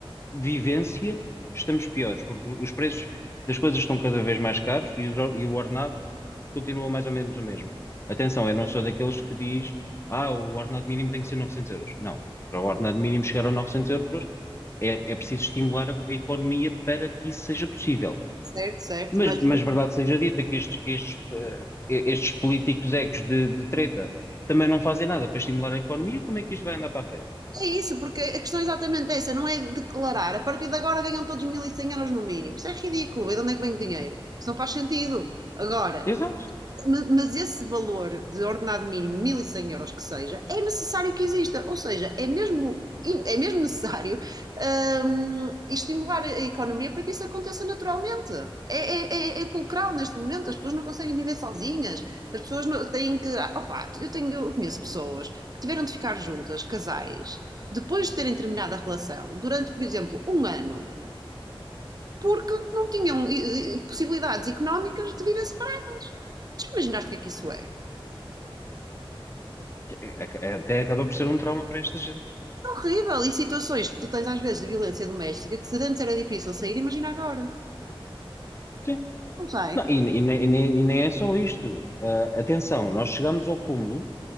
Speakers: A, on the left; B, on the right.
A: vivência, estamos piores, porque os preços das coisas estão cada vez mais caros e, o e o ordenado continua mais ou menos o mesmo. Atenção, eu não sou daqueles que diz, ah, o ordenado mínimo tem que ser 900 euros. Não, para o ordenado mínimo chegar a 900 euros é, é preciso estimular a, a economia para que isso seja possível.
B: certo, certo,
A: Mas,
B: mas
A: mas verdade seja dita que estes, que estes, eh, estes políticos ecos de, de treta também não fazem nada para estimular a economia, como é que isto vai andar para a frente?
B: é isso, porque a questão é exatamente essa, não é declarar. A partir de agora ganham todos 1.100 euros no mínimo. Isso é ridículo. E de onde é que vem o dinheiro? Isso não faz sentido. Agora,
A: Exato.
B: mas esse valor de ordenado mínimo, 1.100 euros que seja, é necessário que exista. Ou seja, é mesmo, é mesmo necessário hum, estimular a economia para que isso aconteça naturalmente. É, é, é, é fulcral neste momento, as pessoas não conseguem viver sozinhas, as pessoas não, têm que. ah, Opa, eu, tenho, eu conheço pessoas que tiveram de ficar juntas, casais, depois de terem terminado a relação, durante, por exemplo, um ano, porque não tinham eh, eh, possibilidades económicas de viver separadas. Já imaginaste o que é que isso é?
A: É- é- Até acaba por ser um trauma para esta gente.
B: horrível. E situações que tu tens às vezes de violência doméstica que se antes era difícil sair, imagina agora.
A: Sim.
B: Não sai,
A: Não, e, e nem, e nem- e nem é só isto. Ah, atenção, nós chegamos ao cúmulo,